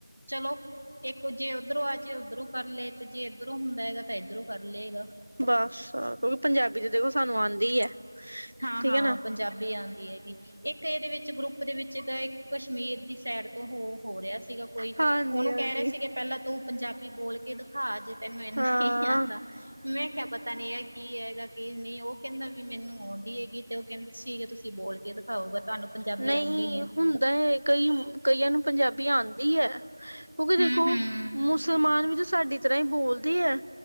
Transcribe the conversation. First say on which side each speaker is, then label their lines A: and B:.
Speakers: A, on the right; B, on the right.
A: ਚਲੋ ਇੱਕ ਜੇ ਉੱਧਰੋਂ ਆ ਜੇ ਉੱਧਰੋਂ ਕਰ ਲਏ ਤੇ ਜੇ ਇੱਧਰੋਂ ਹੁੰਦਾ ਹੈਗਾ ਤਾਂ ਇੱਧਰੋਂ ਕਰ ਲਏਗਾ।
B: ਬਸ ਕਿਉਂਕਿ ਪੰਜਾਬੀ ਤੇ ਦੇਖੋ ਸਾਨੂੰ ਆਉਂਦੀ ਐ।
A: ਹਾਂ
B: ਠੀਕ
A: -ਹਾਂ
B: ਐ ਨਾ।
A: ਪੰਜਾਬੀ ਆਉਂਦੀ ਹੈਗੀ, ਇੱਕ ਇਹਦੇ ਵਿੱਚ ਗਰੁੱਪ ਦੇ ਵਿੱਚ ਗ ਇੱਕ ਕਸ਼ਮੀਰ ਦੀ ਸਾਈਡ ਤੋਂ ਹੋ -ਹੋ ਰਿਹਾ ਸੀਗਾ ਕੋਈ
B: ਹਾਂਜੀ-ਹਾਂਜੀ।
A: ਉਹਨੂੰ ਕਹਿ ਰਹੇ ਸੀਗੇ ਪਹਿਲਾਂ ਤੂੰ ਪੰਜਾਬੀ ਬੋਲ ਕੇ ਦਿਖਾ ਜੇ ਤੈਨੂੰ ਇੰਨਾ
B: ਹਾਂ
A: ਹੀ <inaudible> ਆਂਦਾ ਮੈਂ ਕਿਹਾ ਪਤ ਤਾ ਨਹੀ ਹੈ ਕੀ ਹੈਗਾ ਕੀ ਨਹੀਂ ਉਹ ਕਹਿੰਦਾ ਵੀ ਮੈਨੂੰ ਔ। ਹੈਗੀ ਤੇ ਉਹ ਕਹਿੰਦੇ ਹੈ ਤੁਸੀਂ ਬੋਲ ਕੇ ਦਿਖਾਓਗਾ। ਤੁਹਾਨੂੰ ਪੰਜਾਬੀ
B: ਨਹੀਂ
A: ਆਉਂਦੀ ਨੀ
B: ਹੁੰਦਾ ਹੈ, ਕਈ ਕਈਆਂ ਨੂੰ ਪੰਜਾਬੀ ਵੀ ਆਂਦੀ ਐ ਕਿਉਂਕਿ ਦੇਖੋ
A: ਹੂੰ-ਹੂੰ,
B: ਮੁਸਲਮਾਨ ਵੀ ਸਾਡੀ ਤਰ੍ਹਾਂ ਹੀ ਬੋਲਦੀ ਐ।